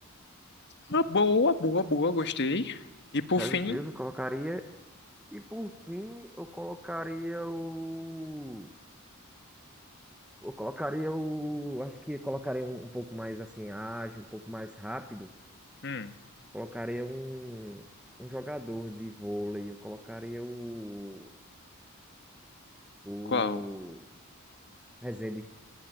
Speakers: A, on the left; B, in the centre.
A: Uma boa, boa, boa, gostei. E por
B: Terry
A: fim,
B: Crews eu colocaria. E por fim, eu colocaria o. Eu colocaria o. Acho que colocaria um, um pouco mais assim, ágil, um pouco mais rápido.
A: hum,
B: Colocaria um, um jogador de vôlei. Eu colocaria o. O.
A: qual?
B: Rezende